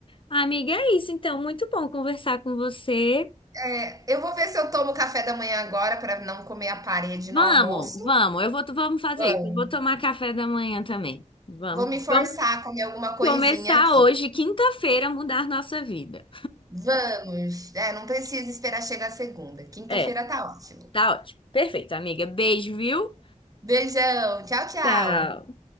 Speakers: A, on the left (about 40°); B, on the right (about 25°).
A: Amiga, é isso então. Muito bom conversar com você.
B: É, eu vou ver se eu tomo café da manhã agora para não comer a parede
A: Vamos,
B: no almoço.
A: vamos. Eu vou, vamos fazer
B: Vamos,
A: isso. Eu vou tomar café da manhã também. Vamos,
B: vou me forçar
A: vamos
B: a comer alguma coisinha
A: começar
B: aqui.
A: hoje, quinta-feira, mudar nossa vida.
B: Vamos, é, não precisa esperar chegar segunda, quinta-feira
A: É,
B: tá ótimo.
A: tá ótimo. Perfeito, amiga. Beijo, viu?
B: Beijão, tchau, tchau.
A: Tchau.